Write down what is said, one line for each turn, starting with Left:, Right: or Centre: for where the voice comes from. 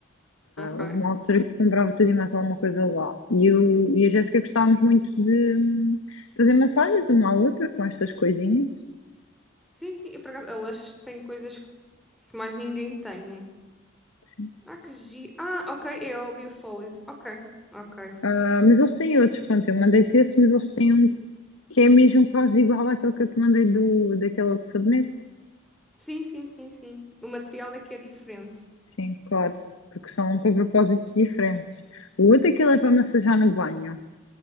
Centre: Ok.
Left: Houve uma altura que comprava tudo e mais alguma coisa lá. E eu e a Jéssica gostávamos muito de hum, fazer massagens uma à outra com estas coisinhas.
Centre: Sim, sim. Eu, por acaso, Aleixas tem coisas que mais ninguém tem, né?
Left: Sim.
Centre: Ah, que giro. Ah, ok, é óleo sólido. Ok, ok.
Left: Ah, mas eles têm outros, pronto, eu mandei-te esse, mas eles têm um que é mesmo quase igual àquele que eu te mandei do, daquele outro sabonete.
Centre: Sim, sim, sim, sim. O material é que é diferente.
Left: Sim, claro, porque são para propósitos diferentes. O outro, aquele é para massajar no banho.